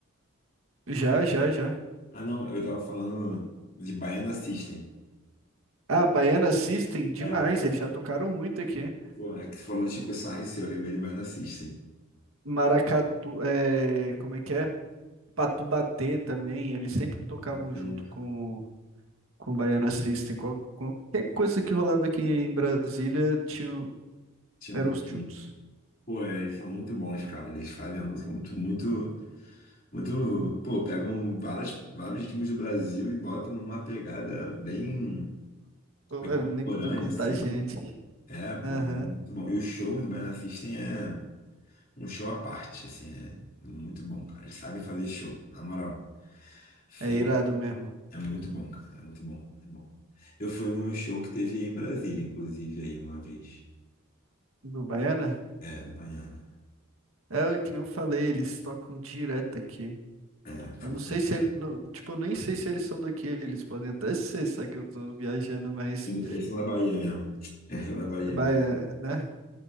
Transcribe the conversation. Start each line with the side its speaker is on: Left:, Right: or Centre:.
Right: Já, já, já.
Left: Ah, não, eu tava falando de Baiana System.
Right: Ah, Baiana System, demais,
Left: É.
Right: eles já tocaram muito aqui.
Left: Pô, é que você falou do Chico Science, eu lembrei do Baiana System.
Right: Maracatu, é, como é que é? Patubatê também, eles sempre tocavam
Left: Eu
Right: junto com com o Baiana System, qual- qualquer coisa que rolava aqui em Brasília, tinha,
Left: Tinha
Right: eram
Left: um pouquinho.
Right: os juntos.
Left: Pô, eles são muito bons, cara. Eles fazem a música muito, muito. Muito, pô, pegam várias, vários ritmos do Brasil e botam numa pegada bem,
Right: Pô,
Left: bem
Right: é
Left: contemporânea,
Right: muito contagiante.
Left: assim. É, pô,
Right: Aham,
Left: é muito bom. E o show do Baiana System é um show à parte, assim, é muito bom, cara. Eles sabem fazer show, na moral. Sempre.
Right: É irado mesmo.
Left: É muito bom, cara. É muito bom, é bom. Eu fui num show que teve em Brasília, inclusive, aí uma vez.
Right: Do Baiana?
Left: É, do Baiana.
Right: É o que nem eu falei, eles tocam direto aqui.
Left: É, foi...
Right: Eu não sei se eles, tipo, eu nem sei se eles são daqui, eles podem até ser, só que eu tô viajando, mas
Left: Eles são da Bahia mesmo. Eles são da Bahia
Right: Baiana,
Left: mesmo.
Right: né?